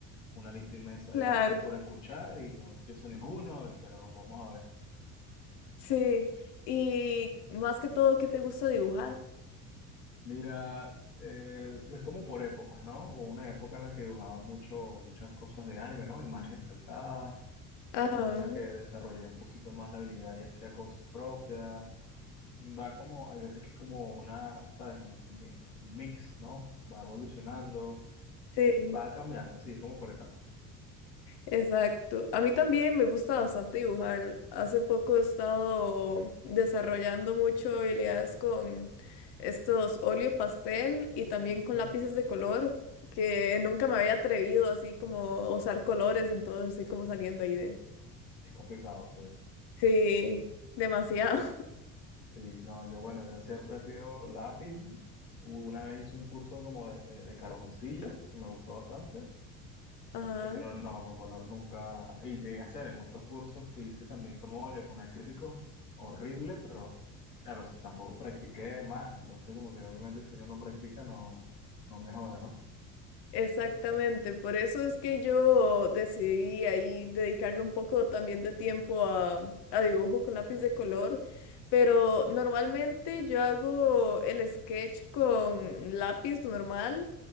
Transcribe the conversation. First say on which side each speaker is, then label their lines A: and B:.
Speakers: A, on the left (about 80°); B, on the left (about 55°).
A: una lista inmensa
B: claro,
A: de álbumes por escuchar y no empiezo ninguno, pero vamos a ver.
B: sí. Y más que todo, ¿qué te gusta dibujar?
A: Mira, eh, es como por épocas, ¿no? Hubo Una época en la que dibujaba mucho, muchas cosas de anime, ¿no? Imágenes calcadas
B: Ajá,
A: otras en las que desarrollé un poquito más la habilidad y hacía cosas propias. Va como, hay veces que es como una, ¿sabes? Como un mi- un mix, ¿no? Va evolucionando,
B: sí.
A: va cambiando, así es como por etapas.
B: Exacto. A mí también me gusta bastante dibujar. Hace poco he estado desarrollando mucho habilidades con estos óleo pastel y también
A: Mm,
B: con lápices de color, que nunca me había atrevido así como a usar colores, entonces estoy como saliendo ahí de...
A: es complicado, sí.
B: Sí, demasiado.
A: Sí, no, yo bueno, yo siempre he sido lápiz. Una vez hice un curso como de, de, de carboncillo, que me gustó bastante.
B: <laughs> Ajá.
A: pero no, con color nunca. Y llegué a hacer en otros cursos que hice también con óleo, con acrílico, horrible, pero claro, s- tampoco practiqué más, entonces como que obviamente si uno no practica no, no mejora, ¿no?
B: Exactamente, por eso es que yo decidí ahí dedicarle un poco también de tiempo a, a dibujo con lápiz de color, pero normalmente yo hago el sketch con lápiz normal